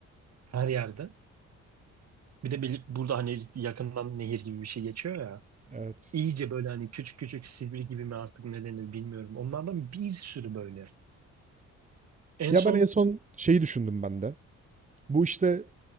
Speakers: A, on the right; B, on the right.
A: her yerde. Bir de bir- burada hani yakından nehir gibi bir şey geçiyor ya.
B: Evet.
A: İyice böyle hani küçük küçük sivri gibi mi artık ne denir bilmiyorum. Onlardan bir sürü böyle. En
B: Ya
A: son
B: ben en son şeyi düşündüm ben de. Bu işte